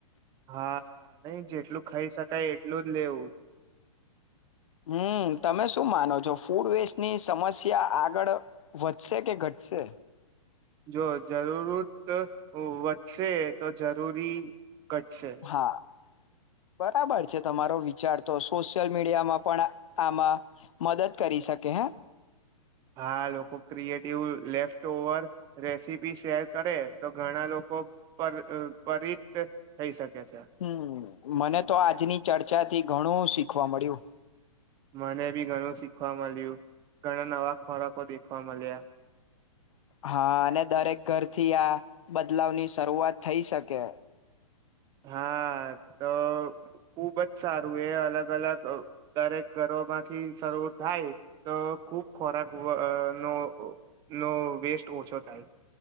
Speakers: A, on the right (about 20°); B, on the left (about 60°).
A: હા નઈ જેટલું ખાઈ શકાય એટલું જ લેવું
B: હમ તમે શું માનો છો ફૂડ વેસ્ટની સમસ્યા આગળ વધશે કે ઘટશે
A: જો જરૂરત વધશે તો જરૂરી ઘટશે
B: હા બરાબર તમારો વિચાર તો સોશિયલ મીડિયામાં પણ આમાં મદદ કરી શકે હે
A: હા લોકો creative left over recipe share કરે તો ઘણા લોકો પર પરિત થઈ શકે છે
B: હમ મને તો આજની ચર્ચા થી ઘણું શીખવા મળ્યું
A: મને બી ઘણું શીખવા મળ્યું ઘણા નવા ખોરાકો શીખવા મળ્યા
B: હા અને દરેક ઘરથી આ બદલાવ ની શરૂઆત થઈ શકે
A: હા તો ખુબ જ સારું એ અલગ અલગ દરેક ઘરોમાંથી સરુ થાય તો ખુબ ખોરાક નો નો વેસ્ટ ઓછો થાય